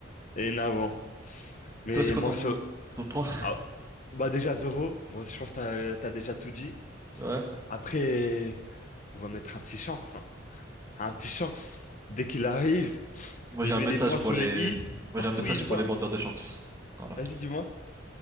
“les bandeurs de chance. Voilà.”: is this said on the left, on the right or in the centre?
Right